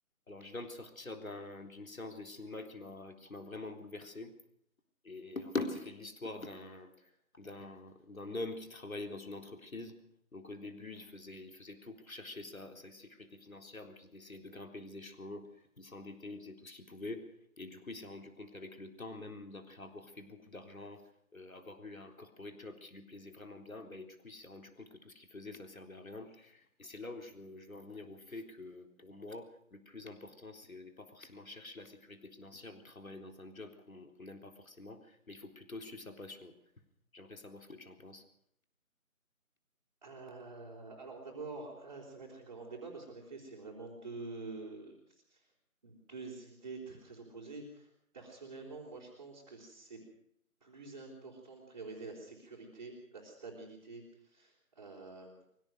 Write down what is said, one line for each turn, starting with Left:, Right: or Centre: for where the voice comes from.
Left: Alors, je viens de sortir d'un- d'une séance de cinéma qui m'a qui m'a vraiment bouleversé. Et en fait, c'était l'histoire d'un d'un d'un homme qui travaillait dans une entreprise. Donc, au début, il faisait il faisait tout pour chercher sa sa sécurité financière. Donc, il essayait de grimper les échelons, il s'endettait, il faisait tout ce qu'il pouvait. Et du coup, il s'est rendu compte qu'avec le temps, même après avoir fait beaucoup d'argent, euh, avoir eu un corporate job qui lui plaisait vraiment bien, bah, du coup, il s'est rendu compte que tout ce qu'il faisait, ça servait à rien. Et c'est là où je veux, je veux en venir au fait que pour moi, le plus important, c'est de ne pas forcément chercher la sécurité financière ou travailler dans un job qu'on qu n'aime pas forcément, mais il faut plutôt suivre sa passion. J'aimerais savoir ce que tu en penses.
Right: Euh, alors d'abord, euh, ça va être un grand débat parce qu'en effet, c'est vraiment deux, deux idées très très opposées. Personnellement, moi je pense que c'est plus important de prioriser la sécurité, la stabilité, euh,